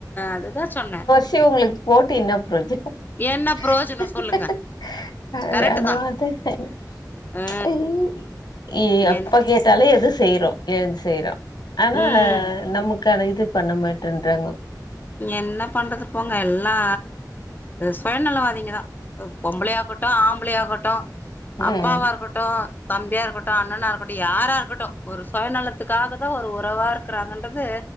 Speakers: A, on the left; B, on the left.
A: அததா சொன்னே
B: சேரி உங்களுக்கு போட்டு என்ன ப்ரோஜனோ
A: என்ன பிரயோஜனோ
B: <unintelligible>
A: சொல்லுங்க கரெக்ட்டு தா ஆ
B: இய்யய்யோ அப்ப
A: என்ன
B: கேட்டாலே எது செய்றோ எழ்ந்து செய்றோ ஆனா
A: ம்
B: நம்க்கு க்கான இது பண்ண மாட்டேன்றாங்க
A: என்ன பண்றது போங்க எல்லா சுயநலவாதிங்கதா பொம்பளயாகட்டு ஆம்பளயாகட்டு
B: ம்.
A: அப்பாவா இருகட்டு தம்பியா இருக்கட்டு அண்ணனா இருக்கட்டு யாரா இருக்கட்டு ஒரு சுயநலத்துக்காகதா ஒரு உறவா இருக்கிறாங்கன்றது